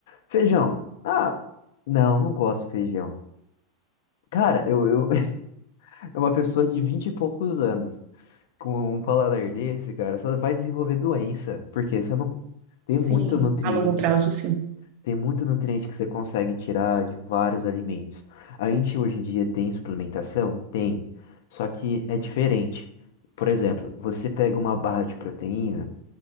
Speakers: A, on the left (about 70°); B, on the right (about 45°).
A: Feijão? Ah, não, não gosto de feijão. Cara, eu, eu <laughs> é uma pessoa de vinte e poucos anos com um paladar desse, cara, só vai desenvolver doença, porque você não tem
B: Sim,
A: muito nutriente.
B: a longo prazo, sim.
A: Tem muito nutriente que você consegue tirar de vários alimentos. A gente hoje em dia tem suplementação? Tem. Só que é diferente. Por exemplo, você pega uma barra de proteína,